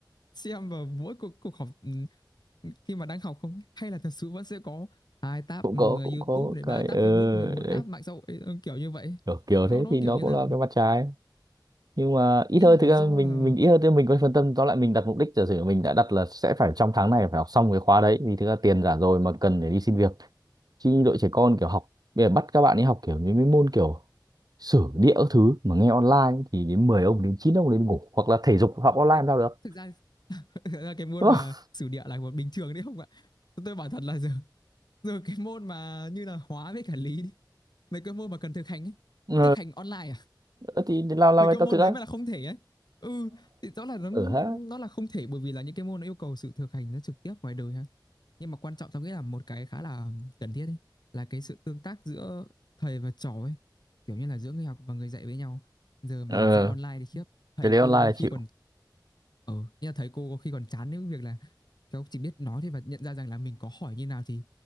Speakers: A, on the left (about 65°); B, on the right (about 55°).
A: xem vào mỗi cuộc, cuộc họp ừ, khi mà đang học không ấy? hay là thật sự vẫn sẽ có hai tab
B: cũng
A: ừ,
B: có cũng
A: YouTube
B: có
A: này
B: cái
A: ba tab
B: ờ,
A: Facebook này bốn
B: đấy
A: tab mạng xã hội ừ, kiểu như vậy
B: kiểu, kiểu
A: nó
B: thế
A: nó
B: thì nó
A: kiểu như
B: cũng
A: là
B: là cái mặt trái nhưng mà ít
A: ý
B: hơn
A: là
B: thực ra
A: do
B: mình
A: là
B: mình ít hơn thì mình có phân tâm tóm lại mình đặt mục đích giả sử mình đã đặt là sẽ phải trong tháng này phải học xong cái khóa đấy vì thực ra tiền giả rồi mà cần để đi xin việc chứ như đội trẻ con kiểu học bây giờ bắt các bạn ấy học kiểu những cái môn kiểu sử địa các thứ mà nghe online thì đến 10 ông đến 9 ông đến ngủ hoặc là thể dục học online
A: Ê,
B: làm sao được
A: thực ra <laughs> là cái môn
B: đúng
A: mà
B: không
A: sử địa là một bình thường đấy không ạ tôi bảo thật là giờ giờ cái môn mà như là hóa với cả lý đi mấy cái môn mà cần thực hành ấy
B: ừ.
A: thực hành online à
B: Ờ, thì làm làm
A: mấy
B: bài
A: cái
B: tập
A: môn
B: thực ra
A: đấy mà là không thể ấy ừ thì rõ là nó
B: ở ha
A: nó là không thể bởi vì là những cái môn nó yêu cầu sự thực hành nó trực tiếp ngoài đời ha nhưng mà quan trọng tao nghĩ là một cái khá là cần thiết ấy là cái sự tương tác giữa thầy và trò ấy kiểu như là giữa người học và người dạy với nhau giờ mà
B: ờ,
A: dạy online thì khiếp thầy
B: cái đấy
A: cô
B: online
A: có
B: là chịu
A: khi còn ờ như là thầy cô có khi còn chán đến việc là cháu chỉ biết nói thôi và nhận ra rằng là mình có hỏi như nào thì